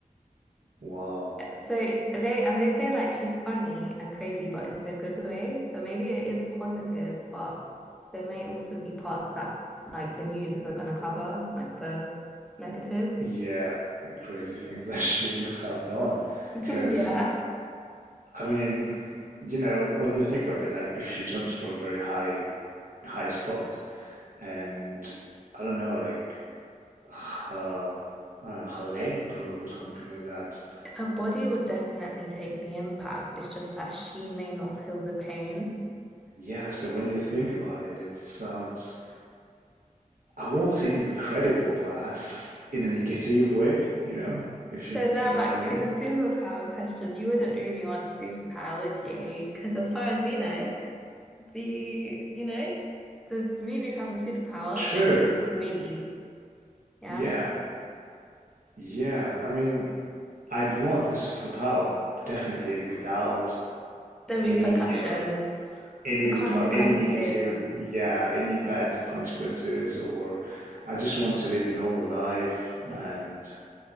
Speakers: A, on the right; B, in the centre.
A: wow,
B: So they and they say like she's funny and crazy, but in the good way. So maybe it is positive, but there may also be parts that like the news isn't going to cover, like the negatives.
A: yeah, the crazy things <laughs> that she must have done,
B: <laughs>
A: because
B: Yeah.
A: I mean, you know, when you think of it, like if she jumps for a very high high spot, and I don't know, like <sighs> uh, I don't know, her leg broke or something like that.
B: Her body would definitely take the impact. It's just that she may not feel the pain.
A: Yeah, so when you think about it, it sounds I won't say incredible, but I f in a negative way, you know, if
B: So
A: you
B: now
A: if you know
B: back
A: what I mean.
B: to the superpower question. You wouldn't really want a superpower, would you? Because as far as we know, the you know, the movie type of superpower
A: True.
B: only exists in movies. Yeah.
A: Yeah. Yeah. I mean, I'd want a superpower definitely without
B: the
A: any,
B: repercussions,
A: you know, any
B: the consequences.
A: repu any negative rep- yeah any bad consequences or I just want to live a normal life and